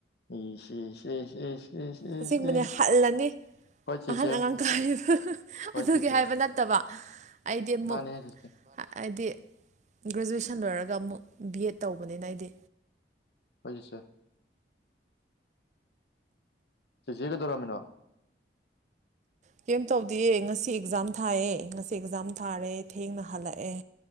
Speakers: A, on the left; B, on the right.
A: ꯏꯁ ꯏꯁ ꯏꯁ ꯏꯁ ꯏꯁ ꯏꯁ
B: ꯑꯁꯦꯡꯕꯅꯦ
A: ꯏꯁ
B: ꯍꯜꯂꯅꯤ
A: ꯍꯣꯏ ꯆꯦꯆꯦ
B: ꯑꯍꯟ ꯑꯉꯥꯡ ꯀꯥꯏꯔꯤꯗ
A: ꯍꯣꯏ
B: ꯑꯗꯨꯒꯤ
A: ꯆꯦꯆꯦ
B: ꯍꯥꯏꯕ ꯅꯠꯇꯕ ꯑꯩꯗꯤ ꯑꯃꯨꯛ
A: ꯃꯥꯅꯦ ꯆꯦꯆꯦ
B: ꯍꯥꯏꯗꯤ ꯒ꯭ꯔꯦꯖꯨꯋꯦꯁꯟ ꯂꯣꯏꯔꯒ ꯑꯃꯨꯛ ꯕꯤ ꯑꯦꯗ ꯇꯧꯕꯅꯤꯅ ꯑꯩꯗꯤ
A: ꯍꯣꯏ ꯁꯦ ꯆꯦ ꯆꯦ ꯀꯩꯗꯧꯔꯝꯃꯤꯅꯣ
B: ꯀꯦꯝ ꯇꯧꯗꯤꯌꯦ ꯉꯁꯤ ꯑꯦꯛꯖꯥꯝ ꯊꯥꯏꯌꯦ ꯉꯁꯤ ꯑꯦꯛꯖꯥꯝ ꯊꯥꯔꯦ ꯊꯦꯡꯅ ꯍꯜꯂꯛꯑꯦ